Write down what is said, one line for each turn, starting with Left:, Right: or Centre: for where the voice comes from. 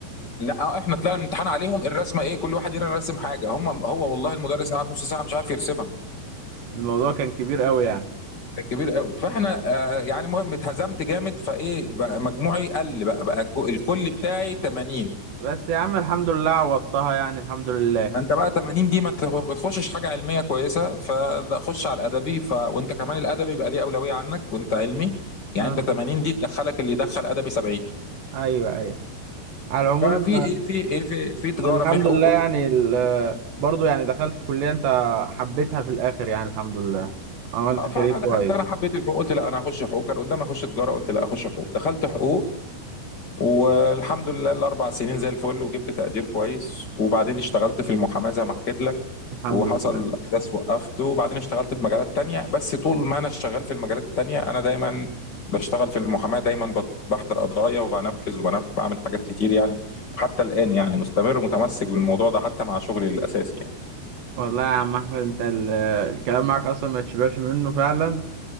Left: لا آه، احنا طلعنا الامتحان عليهم الرسمه ايه كل واحد يرسم رسم حاجه هم هو والله المدرس قعد نص ساعه مش عارف يرسمها
Right: الموضوع كان كبير قوي يعني
Left: كان كبير قوي فاحنا آه يعني المهم اتهزمت جامد فايه بقى مجموعي قل بقى بقى الكل بتاعي 80
Right: بس يا عم الحمد لله عوضتها يعني الحمد لله
Left: ما انت بقى 80 دي ما تخ- بتخشش حاجه علميه كويسه فده خش على الادبي ف... وانت كمان الادبي بقى ليه اولويه عنك وانت علمي يعني
Right: اه
Left: انت 80 دي تدخلك اللي يدخل ادبي 70
Right: ايوه ايوه على العموم
Left: ففي ايه في ايه في في تجاره
Right: الحمد
Left: في حقوق
Right: لله يعني ال- برضو يعني دخلت كلية انت حبيتها في الاخر يعني الحمد لله عملت
Left: اه فانا
Right: كارير كويس
Left: دخلت انا حبيت الحقوق قلت لا انا هخش حقوق كان قدامي اخش تجاره قلت لا اخش حقوق دخلت حقوق والحمد لله الاربع سنين زي الفل وجبت تقدير كويس وبعدين اشتغلت في المحاماه زي ما حكيت لك
Right: الحمد
Left: وحصل
Right: لله
Left: حدث وقفته وبعدين اشتغلت في مجالات تانية بس طول ما انا شغال في المجالات التانية انا دايما بشتغل في المحاماة دايما بت- بحضر قضايا وبنفذ وبنف بعمل حاجات كتير يعني وحتى الآن يعني مستمر متمسك بالموضوع ده حتى مع شغلي الأساسي يعني
Right: والله يا عم احمد انت ال- الكلام معاك اصلا ما تشبعش منه فعلا